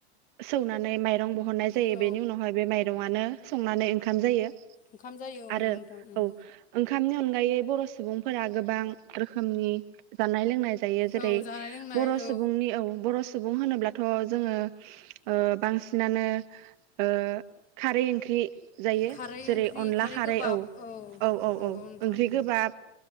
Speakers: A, on the right (about 45°); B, on the left (about 25°).
A: सौवनानै माइ रं बहननाय जायो।
B: औ
A: बेनि उनावहाय बे माइरंआनो संनानै ओंखाम जायो। आरो
B: ओंखाम जायो औ नंगौ नोंथां उम
A: औ ओं खामनि अनगायै बर' सुबुंफोरा गोबां रोखोमनि जानाय-लोंनाय यो जेरै
B: औ जानाय लोंनाय
A: बर सुबुंनि
B: औ
A: बर सुबुं होनोब्लाथ जोङो। ओ बांसिनानो ओ खारै ओंख्रि जायो
B: खारै
A: जेरै
B: ओंख्रि
A: अनला खारै
B: गोबाब
A: औ औ औ
B: नंगौ
A: औ
B: नोंथां
A: ओंख्रि
B: उम
A: गोबाब